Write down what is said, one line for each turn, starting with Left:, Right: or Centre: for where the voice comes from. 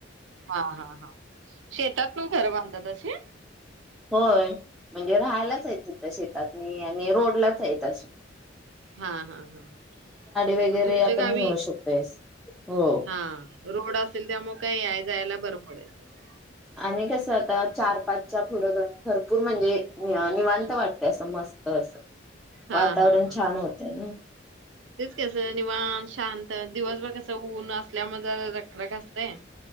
Right: हा हा हा शेतात पण घर बांधतात अशी
Centre: होय म्हणजे राहायलाच आहेत तिथं शेतातनी आणि रोडलाच आहेत अस
Right: हा हा हा
Centre: वगैरे
Right: मग तुमच्या
Centre: आपण
Right: गावी
Centre: नेऊ शकतोयस. हो.
Right: हा रोड असेल त्यामुळे काय याय जायाला बर पडेल तस
Centre: आणि कसं आता चार पाचच्या पुुढं भरपूर म्हणजे निवां निवांत वाटते असं मस्त असं वातावरण
Right: हा हा हा
Centre: छान होतय नाही
Right: तेच कस निवांत शांत दिवसभर कस ऊन असल्यामुळे जरा रखरख असतय